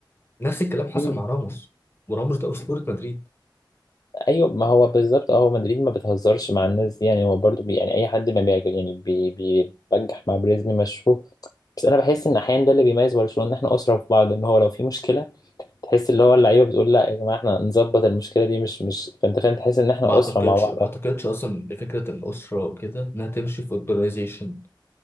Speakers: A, on the left; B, on the left.
A: نفس الكلام حصل
B: مم،
A: مع راموس وراموس ده اسطوره مدريد
B: ايوه ما هو بالظبط اه هو مدريد ما بتهزرش مع الناس دي يعني هو برضو بي يعني اي حد ما بيعجب يعني بي- بيبجح مع بريزمي مشوه بس انا بحس ان احيانا ده اللي بيميز برشلونه ان احنا اسره في بعض ان هو لو في مشكله تحس اللي هو اللعيبه بتقول لا يا جماعه احنا نظبط المشكله دي مش مش فانت فاهم تحس ان احنا
A: ما اعتقدش
B: اسره مع بعض
A: ما اعتقدش اصلا ان فكره الاسره وكده انها تمشي في اورجانيزيشن